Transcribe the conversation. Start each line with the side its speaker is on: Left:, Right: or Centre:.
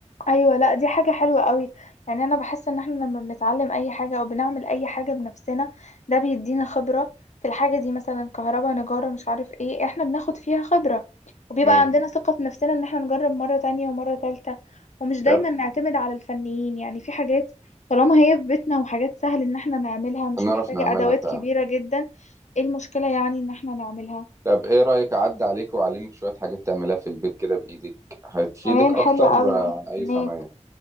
Left: ايوه لا دي حاجه حلوه قوي يعني انا بحس ان احنا لما بنتعلم اي حاجه او بنعمل اي حاجه بنفسنا ده بيدينا خبره في الحاجه دي مثلا كهرباء نجاره مش عارف ايه احنا بناخد فيها خبره وبيبقى
Right: مم.
Left: عندنا ثقه في نفسنا ان احنا نجرب مره تانية ومره تالتة ومش دايما
Right: طب
Left: نعتمد على الفنيين يعني في حاجات طالما هي في بيتنا وحاجات سهل ان احنا نعملها مش
Right: نعرف
Left: محتاجه
Right: نعملها
Left: ادوات
Right: فعلا
Left: كبيره جدا ايه المشكله يعني ان احنا نعملها
Right: طب ايه رأيك اعدي عليك واعلمك شوية حاجات تعملها في البيت كده بايدك هتفيدك
Left: تمام حلوه
Right: اكتر
Left: قوي
Right: عن
Left: هستناك
Right: اي صنايع